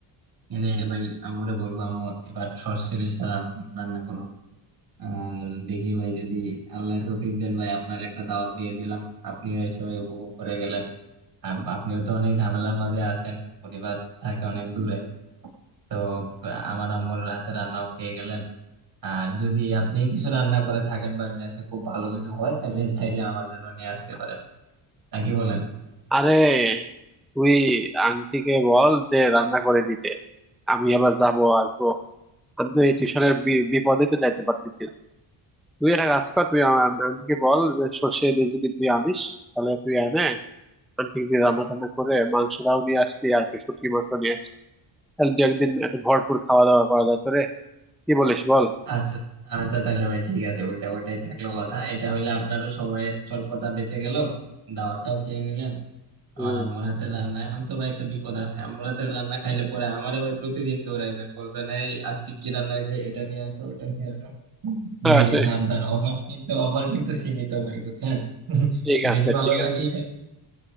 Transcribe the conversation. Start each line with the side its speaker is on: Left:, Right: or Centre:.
Right: এনে ভাই আম্মুরে বলবো আম্মু এবার সর্ষে ইলিশটা রান- রান্না করো আর দেখি ভাই যদি আল্লাহ তৌফিক দেন ভাই আপনার একটা দাওয়াত দিয়ে দিলাম আপনিও এসে ভাই উপভোগ করে গেলেন আম- আপনিও তো অনেক ঝামেলার মাঝে আছেন পরিবার থাকে অনেক দূরে তো আহ, আমার আম্মুর হাতে রান্নাও খেয়ে গেলেন আর যদি আপনি কিছু রান্না করে থাকেন বা মেসে খুব ভালো কিছু হয় তাহলে চাইলে আমার জন্য নিয়ে আসতে পারেন নাকি বলেন
Centre: আরে তুই আন্টিকে বল যে রান্না করে দিতে আমি আবার যাবো আসবো আমি তো এই টিউশনের বিপদে তো যাইতে পারতেছি না তুই একটা কাজ কর তুই আমার আন্টিকে বল যে সর্ষে দিয়ে যদি তুই আনিস তাহলে তুই আনে আন্টি দিয়ে রান্না টান্না করে মাংসটাও নিয়ে আসলি আর একটু শুটকি মাংস নিয়ে আসলি তাহলে দু একদিন একটা ভরপুর খাওয়া দাওয়া করা যায় তোরে কি বলিস বল
Right: আচ্ছা আচ্ছা তাহলে ভাই ঠিক আছে ওটা ওটাই থাকলো কথা এটা হইলে আপনারও সময় স্বল্পতা বেঁচে গেল দাওয়াতটাও খেয়ে নিলেন
Centre: হম
Right: আমার আম্মুর হাতের রান্না এখন তো ভাই একটা বিপদ আছে আম্মুর হাতের রান্না খাইলে পরে আমারে ভাই প্রতিদিন দৌড়াইবেন বলবেন এই আজকে কি রান্না হয়েছে এটা নিয়ে আসো এটা নিয়ে আসো
Centre: আচ্ছা
Right: দেখেন সাবধান অফার কিন্তু অফার কিন্তু সীমিত ভাই বুঝছেন <laughs>
Centre: ঠিক
Right: বেশি
Centre: আছে
Right: ভালো
Centre: ঠিক
Right: লাগলে
Centre: আছে